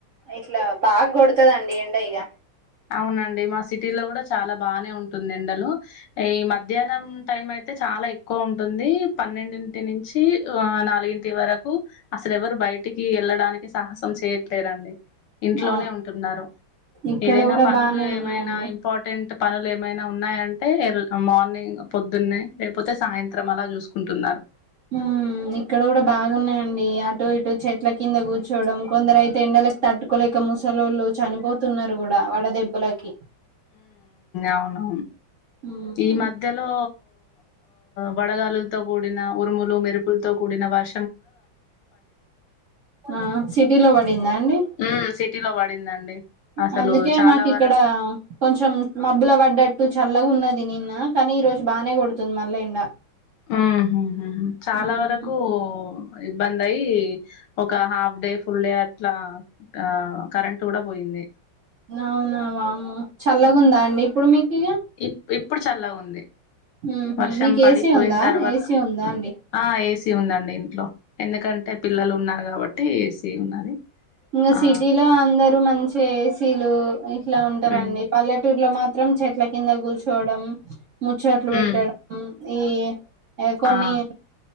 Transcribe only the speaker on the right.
ఇట్లా బాగా కొడుతా అండి ఎండ ఇగ
ఆ
ఇక్కడ
కూడా
బానే ఉన్నాయండి
హ్మ్ ఇక్కడ కూడా బాగున్నాయండి అటు ఇటు చెట్ల కింద కూర్చోడం కొందరు అయితే ఎండలకి తట్టుకోలేక ముసలోళ్ళు చనిపోతున్నారు కూడా వడదెబ్బలకి
ఉమ్
ఆ సిటీ లో పడిందా అండి
అందుకే
మాకు
ఇక్కడ కొంచెం మబ్బులు పడ్డ టు చల్లగా ఉన్నది నిన్న కానీ ఈ రోజు బానే కొడుతుంది మల్ల ఎండ
ఉమ్
అవునవు చల్లగాందా అండి ఇప్పుడు మీకు
ఉహుం
మీకు
ఏసీ ఉందా
ఏసీ ఉందా అండి
ఇంకా
సిటీలో అందరు మంచి ఏసీలు ఇట్లా ఉంటారంండి
పల్లెటూరులో మాత్రం చిత్రం చెట్ల కింద కూర్చోడం ముచ్చోట్లు పెట్టా
డం ఏ ఏ కొన్ని